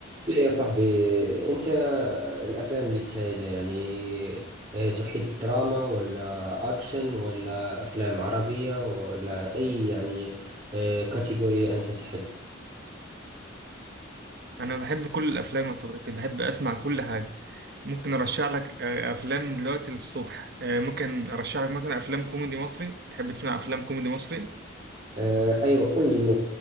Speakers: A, on the right; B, on the right.
A: لا يا صاحبي انت الافلام اللي تشاهدها يعني آه، تحب دراما ولا اكشن ولا افلام عربية ولا اي يعني آه، كاتيجوري انت تحب
B: انا بحب كل الافلام يا صديقي بحب اسمع كل حاجه ممكن ارشح لك آه، افلام من دلوقتي للصبح آه، ممكن ارشح لك مثلا افلام كوميدي مصري تحب تسمع افلام كوميدي مصري
A: آه، ايوه قل لي م-